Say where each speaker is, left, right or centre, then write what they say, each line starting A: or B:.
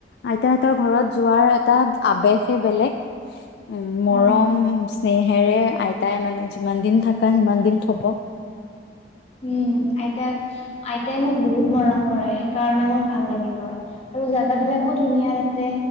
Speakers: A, on the left; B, on the left.
A: আইতাহতৰ ঘৰত যোৱাৰ এটা আৱেগে বেলেগ উ
B: অ',
A: মৰম স্নেহেৰে আইতাই মানে যিমান দিন থাকা সিমান দিন থব।
B: উম আইতাক আইতাই মোক বহুত মৰম কৰে সেইকাৰণে মোৰ ভাল লাগি গৈ। আৰু জেগা বিলাকো ধুনীয়া তাতে